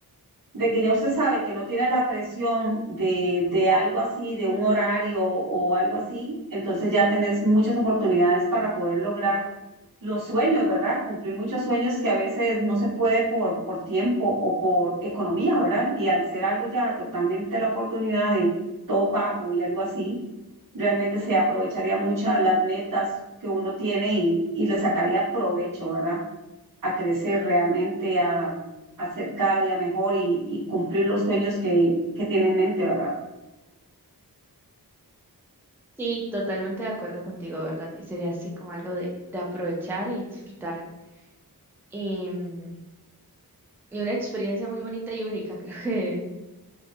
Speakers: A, on the right; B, in the centre.
A: de que ya usted sabe que no tienes la presión de, de algo así, de un horario o algo así, entonces ya tenés muchas oportunidades para poder lograr los sueños, ¿verdad? Cumplir muchos sueños que a veces no se puede por, por tiempo o por economía, ¿verdad? Y al ser algo ya totalmente la oportunidad de todo pago y algo así, realmente se aprovecharía muchas las metas que uno tiene y, y le sacaría provecho, ¿verdad? a crecer realmente, a, a ser cada día mejor y, y cumplir los sueños que, que tiene en mente, ¿verdad?
B: Sí, totalmente de acuerdo contigo, ¿verdad? Y sería así como algo de, de aprovechar y disfrutar. Y, mm, y una experiencia muy bonita y única, <laughs> creo que